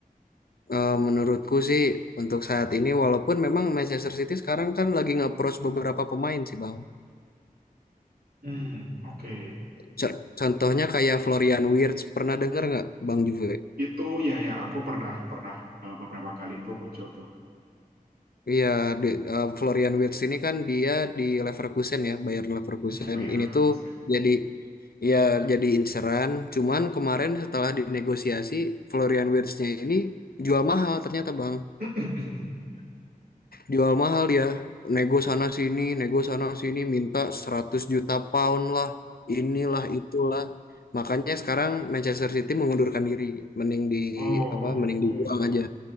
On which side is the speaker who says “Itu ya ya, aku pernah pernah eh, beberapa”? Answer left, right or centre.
Right